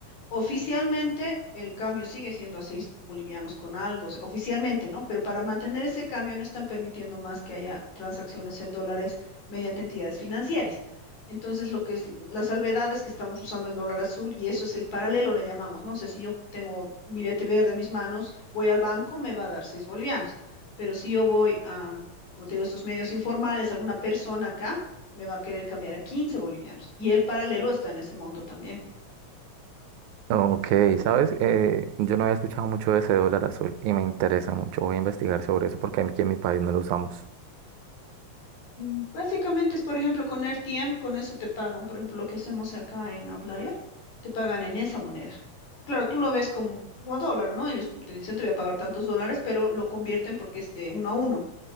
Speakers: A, on the left; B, on the right.
A: Oficialmente el cambio sigue siendo a seis bolivianos con algo, o sea, oficialmente, ¿no? Pero para mantener ese cambio no están permitiendo más que haya transacciones en dólares mediante entidades financieras. Entonces, lo que es la salvedad es que estamos usando el dólar azul y eso es el paralelo, le llamamos, ¿no? O sea, si yo tengo un billete verde en mis manos, voy al banco, me va a dar seis bolivianos. Pero si yo voy a, como te digo, estos medios informales, alguna persona acá me va a querer cambiar a 15 bolivianos. Y el paralelo está en ese monto también.
B: Ok, sabes, Eh, yo no había escuchado mucho de ese dólar azul y me interesa mucho. Voy a investigar sobre eso porque aquí en mi país no lo usamos.
A: Mm, Básicamente es, por ejemplo, con R T M con eso te pagan. Por ejemplo, lo que hacemos acá en Outlier, te pagan en esa moneda. Claro, tú lo ves como, como dólar, ¿no? Ellos te dicen te voy a pagar tantos dólares, pero lo convierten porque es de uno a uno.